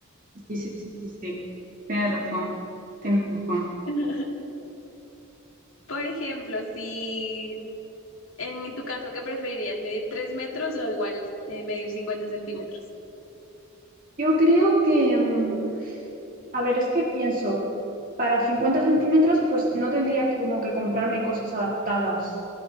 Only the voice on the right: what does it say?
sí, sí, sí, sí, sí. Tienes razón, tienes razón.
Yo creo que, mm, A ver, es que pienso, para 50 centímetros, pues no tendría que como que comprarme cosas adaptadas,